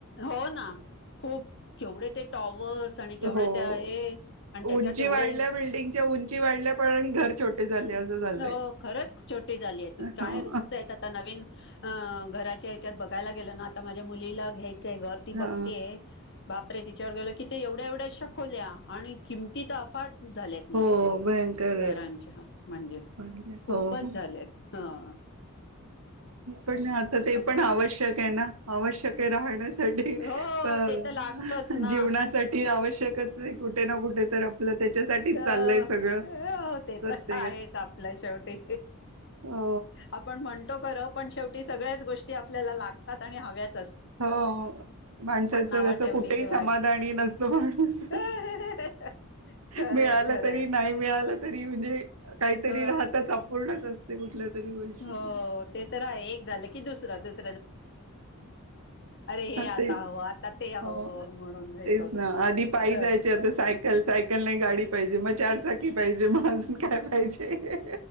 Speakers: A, on the left (about 55°); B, on the right (about 75°).
A: हो ना खूप केवढे ते टॉवर्स आणि केवढया
B: हो
A: त्या हे आणि त्याच्यात
B: उंची
A: एवढे
B: वाढल्या बिल्डिंगच्या उंची वाढल्या पण आणि घर छोटे झाले असं झालंय
A: हो खरंच छोटी झाली हाय, तू काय
B: हो
A: रूम्स हायत आता नवीन अं घरात त्याच्यात बघायला गेल ना, आता माझ्या मुलीला घ्याय ते घर ती बघ
B: हा.
A: तीयं बापरे ति विचार केलं की ते एवढ्या एवढ्याशा खोल्या आणि किमती तर अफाट झाल्याक नुसत्या
B: हो, भयंकर
A: घरांच्या
B: आहे
A: हा यं
B: हो
A: खूपच
B: हो
A: झाल्यात. हं अं.
B: पण आता ते पण
A: वाटत
B: आवश्यक हाय ना आवश्यक हाय राहण्यासाठी अं
A: हो ते तर लागतच ना
B: जीवनासाठी आवश्यकच आहे, कुठे ना कुठे तर आपलं त्याच्यासाठीच
A: अ
B: चाललंय सगळं
A: हो ते
B: प्रत्येक
A: तर आहेच आपल्या शेवटी
B: हो
A: आपण म्हणतो खर पण शेवटी सगळ्याच गोष्टी आपल्याला लागतात आणि हव्यात.
B: हो माणसाचं
A: नावं
B: असं
A: ठेवली
B: कुठेही
A: किंवा
B: समाधानी नसतो, माणूस
A: खरंय
B: मिळाला
A: खरंय
B: तरी नाही मिळाला तरी म्हणजे काहीतरी
A: ह
B: राहतचं अपूर्ण <unintelligible> कुठल्या तरी गोष्टी
A: हो ते तर आहे एक झालं कि दुसर दुस अरे हे आता
B: तेच
A: हवं आता ते हवं
B: हो
A: म्हणून हे
B: तेच
A: करून
B: ना आधी पायी
A: अ
B: जायचे, आता सायकल सायकल नाही, गाडी पाहिजे म चार चाकी पाजे मं अजून काय पाहिजे,